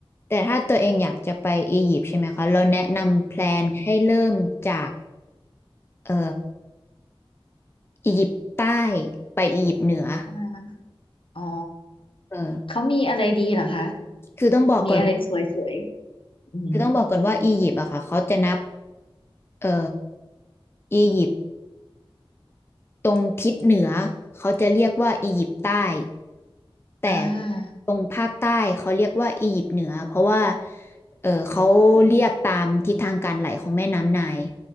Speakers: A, on the left; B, on the left.
A: แต่ถ้าตัวเองอยากจะไปอียิปต์ใช่ไหมคะ เราแนะนำแพลนให้เริ่มจากเอ่ออียิปต์ใต้ไปอียิปต์เหนือ
B: อ่าอ๋อ
A: เออ
B: เขามีอะไรดีเหรอคะ
A: คือต้องบอกก่อน
B: มีอะไรสวยๆอืม
A: คือต้องบอกก่อนว่าอียิปต์อะค่ะเขาจะนับเอ่ออียิปต์ ตรงทิศเหนือเขาจะเรียกว่าอียิปต์ใต้แต่
B: อ่า
A: ตรงภาคใต้เขาเรียกว่าอียิปต์เหนือเพราะว่าเออเขาเรียกตามทิศทางการไหลของแม่น้ำไนล์